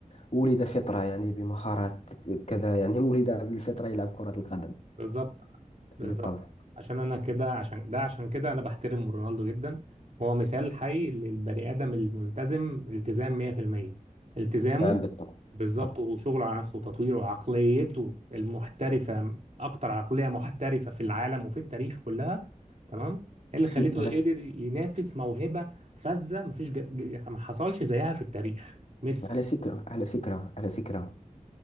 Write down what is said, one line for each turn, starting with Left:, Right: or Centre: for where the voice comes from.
Left: ولد فطرة يعني بمهارات كذا يعني ولد بالفطرة يلعب كرة القدم
Right: بالظبط بالظبط
Left: بالطبع
Right: عشان انا كده عشان ده عشان كده انا بحترم رونالدو جدا هو مثال حي للبني ادم الملتزم التزام 100% التزامه
Left: نعم بالطبع
Right: بالظبط
Left: طب،
Right: وشغل على نفسه وتطوير وعقليته المحترفة أكتر عقلية محترفة في العالم وفي التاريخ كلها تمام إيه اللي خليته
Left: على ف...
Right: قدر ينافس موهبة فذة مفيش ج... ج... يعني ما حصلش زيها في التاريخ ميسي
Left: على فكرة على فكرة على فكرة